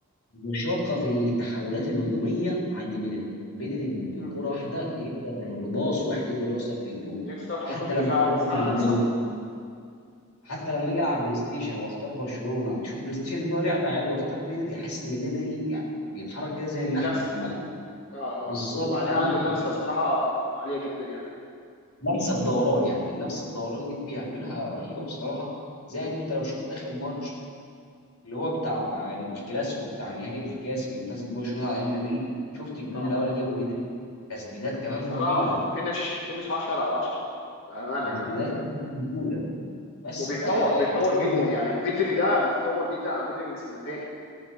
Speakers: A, on the left; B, on the left.
A: مشاقة في التحولات الهجومية عند بدري بدري بكرة
B: م- م.
A: واحدة يقدر بباص واحد يقدر يوصل للجول
B: يكسر خطوط
A: حتى لما
B: دفاعه
A: أجي ألعب
B: فعلا
A: بلاي-
B: صح
A: حتى لما اجي العب بلاي ستيشن واختار برشلونة اشوف بلاي ستيشن اللي هو لعبة عادي واختار بدري احس ان بدري يعني بيتحرك كده زي النحلة
B: اللمسه
A: في الملعب
B: اه
A: بالظبط
B: اه وبعدين
A: اللمسة
B: عنده اللمسه بصراحه عاليه جدا يعني
A: لمسه بدوران يعني اللمسه بدوران دي بيعملها رهيبه بصراحه زائد انت لو شفت اخر ماتش اللي هو بتاع الكلاسيكو بتاع نهائي الكاس اللي فاز بيه برشلونه على ريال مدريد شفت الجون
B: اه
A: الاول اللي جابه بدري تسديدات كمان
B: بصراحه
A: موجوده
B: فينش فينش 10 على 10 بامانه
A: تسديدات
B: يعني
A: كمان موجوده بس
B: وبيتطور
A: فيعني
B: بيتطور
A: سيبنا
B: جدا يعني بدري ده متطور جدا عن بدري من سنتين